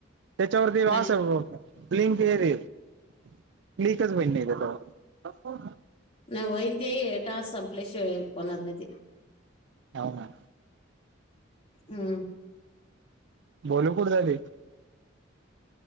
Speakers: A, on the right; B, on the left.
A: त्याच्यावरती वासग
B: नाही
A: होतं. प्लिंक हे रे क्लीकच होई नाही गं तवा.
B: नाही होईल ते टास्क संपले शिवाय होणार नाय ते.
A: हाव ना.
B: हम्म.
A: बोलू कुड राहले